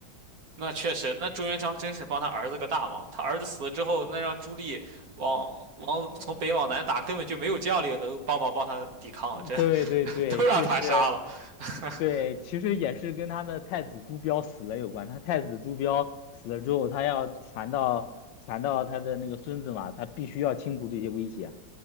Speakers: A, on the right; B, on the left.
A: 那确实，那朱元璋真是帮他儿子个大忙。他儿子死了之后，那让朱棣往往从北往南打，
B: <laughs>
A: 根本就没有将领能帮忙帮他抵抗，这
B: 对对对，
A: <laughs> 都让他杀了。
B: 就是
A: <laughs>
B: 对，其实也是跟他的太子朱标死了有关。他太子朱标死了之后，他要传到传到他的那个孙子嘛，他必须要清除这些威胁。